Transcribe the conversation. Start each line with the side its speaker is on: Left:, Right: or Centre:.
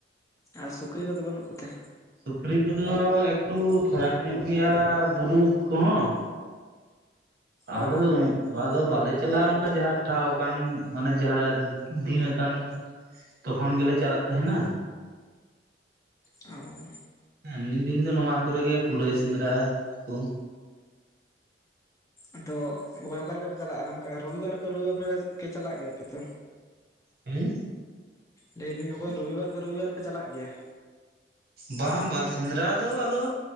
Left: ᱟᱨ ᱥᱩᱠᱨᱤ ᱠᱚᱫᱚ ᱵᱟᱹᱱᱩᱜ ᱠᱚᱛᱮ?
Right: ᱥᱩᱠᱨᱤ ᱠᱚᱫᱚ ᱮᱠᱴᱩ ᱯᱷᱟᱨᱟᱠ ᱧᱚᱜ ᱜᱮᱭᱟ ᱵᱩᱨᱩ ᱠᱚᱦᱚᱸ᱾ ᱟᱫᱚᱞᱮ
Left: ᱚ
Right: ᱟᱫᱚ ᱵᱟᱞᱮ ᱪᱟᱞᱟᱜᱼᱟ ᱚᱱᱠᱟ ᱡᱟᱦᱟᱸ ᱴᱷᱟᱶ ᱠᱟᱱ ᱢᱟᱱᱮ ᱡᱟᱦᱟᱸ ᱫᱤᱱ ᱟᱠᱟᱱ ᱛᱚᱠᱷᱚᱱ ᱜᱮᱞᱮ ᱪᱟᱞᱟᱜ ᱛᱟᱦᱮᱱᱟ᱾
Left: ᱚ᱾
Right: ᱮᱢᱱᱤ ᱫᱤᱱ ᱫᱚ ᱱᱚᱣᱟ ᱠᱚᱨᱮᱜᱮ ᱠᱩᱞᱟᱹᱭ ᱥᱮᱸᱫᱽᱨᱟ ᱠᱚ᱾
Left: ᱟᱫᱚ ᱵᱚᱠᱚᱧ ᱚᱠᱟ ᱞᱮᱠᱟᱯᱮ ᱪᱟᱞᱟᱜᱼᱟ ᱚᱱᱠᱟ ᱨᱚᱵᱤᱵᱟᱨ ᱠᱮ ᱨᱚᱵᱤᱵᱟᱨ ᱯᱮ ᱠᱮ ᱪᱟᱞᱟᱜ ᱜᱮᱭᱟᱯᱮ ᱛᱚ?
Right: ᱦᱩᱸ?
Left: ᱞᱟᱹᱭ ᱤᱫᱟᱹᱧ ᱵᱚᱠᱚᱧ ᱨᱩᱵᱤ ᱵᱟᱨ ᱠᱮ ᱨᱩᱵᱤ ᱵᱟᱨ ᱯᱮ ᱪᱟᱞᱟᱜ ᱜᱮᱭᱟ?
Right: ᱵᱟᱝ ᱵᱟᱝ ᱥᱮᱸᱫᱽᱨᱟ ᱫᱚ ᱟᱫᱚ